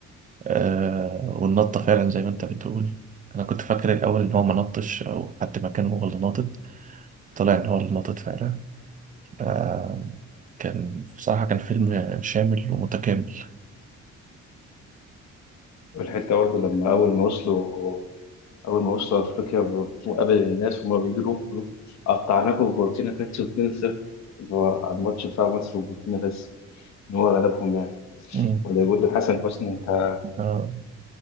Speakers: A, on the right (about 30°); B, on the left (about 65°).
A: آه والنطه فعلا زي ما انت بتقول انا كنت فاكر الاول ان هو ما نطش او حد مكانه هو اللي ناطط طلع ان هو اللي ناطط فعلا آه، كان بصراحة كان فيلم شامل ومتكامل
B: والحتة برضه لما أول ما وصلوا أول ما وصلوا أفريقيا ب- وقابل الناس وهما بيجروا يقولوا قطعناكم في بوركينا فاسو 2-0 اللي هو على الماتش بتاع مصر وبوركينا فاسو إن هو غلبهم يعني
A: مم.
B: ولا يقول لحسن حسني أنت
A: آه،